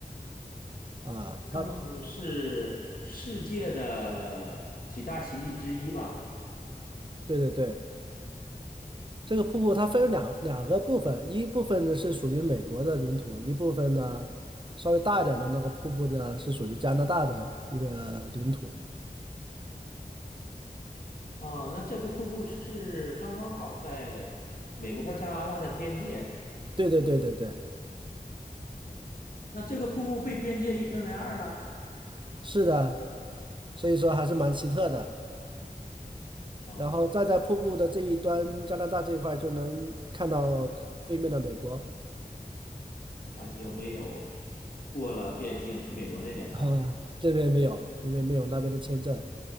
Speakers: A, on the right; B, on the left.
A: 啊！它
B: 嗯，是世界的几大奇迹之一吧？
A: 对对对，这个瀑布它分为两两个部分，一部分呢是属于美国的领土，一部分呢稍微大一点的那个瀑布呢是属于加拿大的一个领土。
B: 哦，那这个瀑布是是刚刚好在美国和加拿大的边界。
A: 对对对对对，
B: 那这个瀑布被边界一分为二了
A: 是的，所以说还是蛮奇特的。
B: 啊，
A: 然后站在瀑布的这一端，加拿大这一块儿就能看到对面的美国，
B: 那你有没有过了边境去美国那边看看
A: 啊，这边没有，因为没有那边的签证。